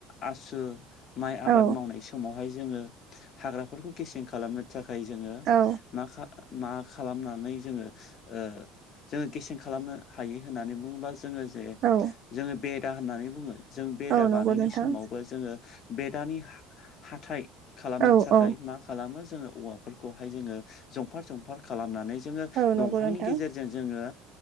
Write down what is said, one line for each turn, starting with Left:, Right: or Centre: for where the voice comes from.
Left: आसु माइ आबाद
Right: औ
Left: मावनाय स समावहाय जोंङो हाग्राफोरखौ गेसें खालामनो थाखाय जोंङो
Right: औ
Left: माखा मा खालामनानै जोंङो ओ जोंङो गेसें खालामनो हायो होननानै बुंङोबा जोंङो जे
Right: औ
Left: जोंङो बेदा होननानै बुंङो। जों बेदा
Right: औ नंगौ
Left: बानायनाय
Right: नोंथां
Left: समावबो जोंङो बेदानि हा हाथाय खालामनो
Right: औ
Left: थाखाय
Right: औ
Left: मा खालामो जोंङो औवाफोर खौहाय जोंङो जंफार जंफार खालामनानै जोंङो
Right: औ नंगौ
Left: दंफांनि
Right: नोंथां
Left: गेजेरजों जोंङो